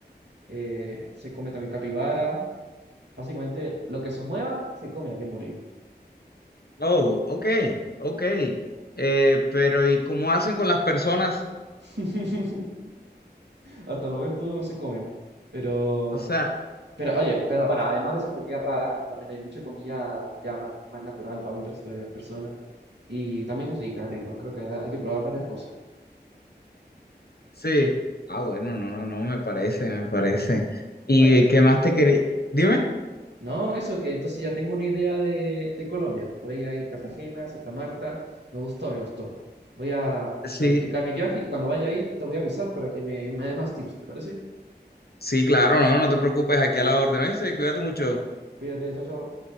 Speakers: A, on the right (about 80°); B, on the left (about 65°).
A: eh, se come también capibara. Básicamente, lo que se mueva, se come aquí en Bolivia.
B: Oh, ok, ok. Eh, pero ¿y cómo hacen con las personas?
A: <laughs> Hasta el momento no se comen. Pero,
B: O sea,
A: pero oye, pero bueno, además de esa comida rara, también hay mucha comida ya más, más natural para el resto de las personas. Y también es rica, es rico. Creo que hay que probar varias cosas.
B: sí. Ah, bueno, no, no, no, me parece, me parece. ¿Y
A: Oye,
B: qué más te quería? Dime.
A: No, eso que entonces ya tengo una idea de, de Colombia. Por ahí hay Cartagena, Santa Marta. Me gustó, me gustó. Voy a a planificar
B: Sí.
A: mi viaje y cuando vaya a ir te voy a avisar para que me, me dé más tips, ¿te parece?
B: Sí, claro, no, no te preocupes, aquí a la orden. Ahí cuídate mucho.
A: Cuídate, chao, chao.